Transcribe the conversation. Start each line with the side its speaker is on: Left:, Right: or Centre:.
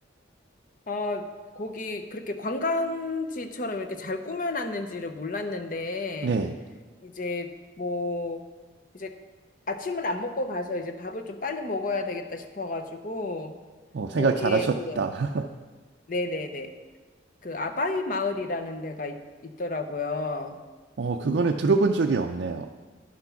Left: 아, 거기 그렇게 관광지처럼 이렇게 잘 꾸며놨는지를 몰랐는데,
Right: 네.
Left: 이제 뭐 이제 아침은 안 먹고 가서 이제 밥을 좀 빨리 먹어야 되겠다 싶어가지고
Right: 어, 생각
Left: 거기에
Right: 잘하셨다.
Left: 그
Right: <laughs>
Left: 네네네 그 아바이 마을이라는 데가 있, 있더라고요.
Right: 어, 그거는 들어본 적이 없네요.